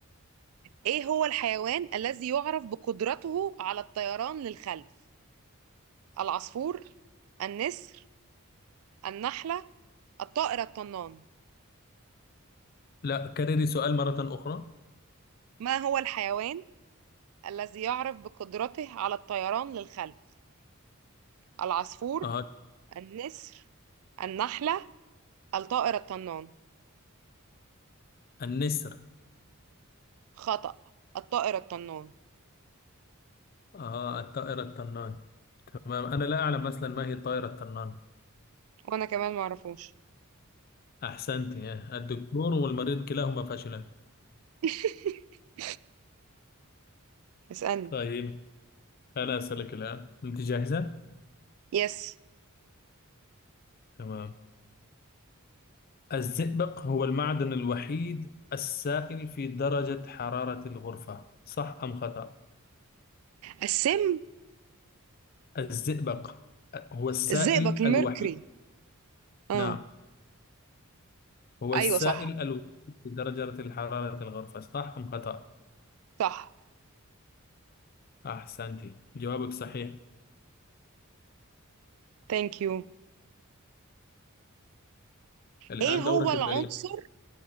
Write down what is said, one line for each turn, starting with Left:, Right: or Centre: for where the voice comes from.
Right: إيه هو الحيوان الذي يعرف بقدرته على الطيران للخلف العصفور النسر النحلة الطائر الطنان
Left: لا كرري سؤال مرة أخرى
Right: ما هو الحيوان الذي يعرف بقدرته على الطيران للخلف العصفور
Left: آه.
Right: النسر النحلة الطائر الطنان
Left: النسر
Right: خطأ الطائر الطنان
Left: آه. الطائر الطنان تمام أنا لا أعلم مثلا ما هي الطائرة الطنان
Right: وانا كمان معرفوش
Left: أحسنت آه. الدكتور والمريض كلاهما فاشلان
Right: <laughs> اسألني
Left: طيب أنا أسألك الآن أنت جاهزة؟
Right: يس
Left: تمام الزئبق هو المعدن الوحيد السائل في درجة حرارة الغرفة صح أم خطأ؟
Right: السم
Left: الزئبق هو السائل
Right: الزئبق الميركوري
Left: الوحيد
Right: اه
Left: نعم هو
Right: ايوه
Left: السائل
Right: صح
Left: الوحيد في درجة حرارة الغرفة صح أم خطأ؟
Right: صح
Left: أحسنتي جوابك صحيح
Right: ثانك يو
Left: الآن
Right: ايه هو
Left: دورك
Right: العنصر
Left: اسأليني